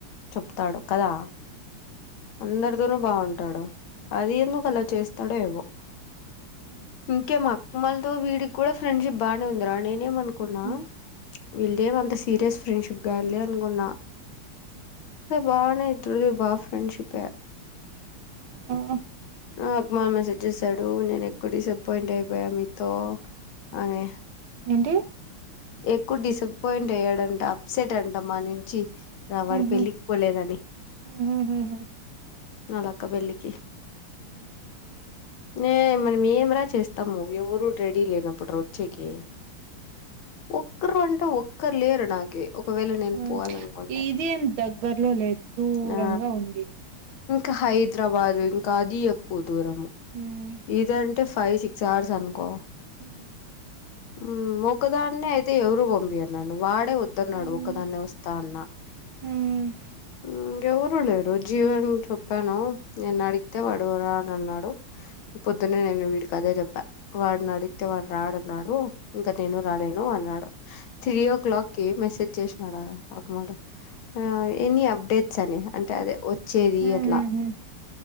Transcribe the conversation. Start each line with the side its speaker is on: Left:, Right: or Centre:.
Left: చెప్తాడు కదా అందరితోనూ బాగుంటాడు అది ఎందుకు అలా చేస్తాడో ఏవో
Right: ఉ
Left: ఇంకే మా అప్పమలతో వీడికి కూడా ఫ్రెండ్షిప్ బాగానే ఉందిరా నేనేమనుకున్నా
Right: హ్మ్
Left: వీళ్ళేం అంత సీరియస్ ఫ్రెండ్షిప్ గా వెళ్ద అనుకున్నా బాగా ఇ బాగా ఫ్రెండ్షిపే
Right: హ్మ్
Left: అగమాన్ మెసేజ్ చేశాడు నేను ఎక్కువ డిసప్పాయింట్ అయిపోయా మీతో అని
Right: ఏంటి
Left: ఎక్కువ డిసప్పాయింట్ అయ్యాడంట అప్సెట్ అంట మా నుంచి రావాడి
Right: ఉహు
Left: పెళ్ళికి పోలేదని
Right: ఉహుహుహు
Left: వాళ్ళ అక్క పెళ్లికి
Right: ఉ
Left: నే మన మీ ఏమి రా చేస్తాము ఎవరు రెడీ లేనప్పుడు వచ్చేకి ఒక్కరు అంటే ఒక్కరు లేరు నాకే ఒకవేళ నేను
Right: ఉమ్
Left: పోవాలనుకుంటా
Right: ఇది ఏం దగ్గరలో లేదు దూరంగా
Left: ఆ
Right: ఉంది
Left: ఇంకా హ హైదరాబాద్ ఇంకా అది ఎక్కువ దూరము
Right: ఉమ్
Left: ఇదంటే ఫైవ్ సిక్స్ అవర్స్ అనుకో
Right: ఉ
Left: ఉ ముక్కదాన్న అయితే ఎవరు పూబుది కాదు నాను వాడే వద్దన్నాడు
Right: ఉమ్
Left: ఒకదాన్నే వస్తా అన్నా
Right: ఉమ్
Left: ఉ ఎవరు లేరు జీవన్ చప్పాను నేను అడిగితే వాడువరా అని అన్నాడు పొద్దున్నే నేను వీడికి అదే చెప్పా వాడిని అడిగితే వాడు రాడన్నాడు ఇంకా నేను రాలేను అన్నాడు త్రీ ఓ క్లాక్ కి మెసేజ్ చేసినాడు ఒకమడు ఆ ఎనీ అప్డేట్స్ అని అంటే అదే వచ్చేది
Right: ఉహు
Left: ఎట్లా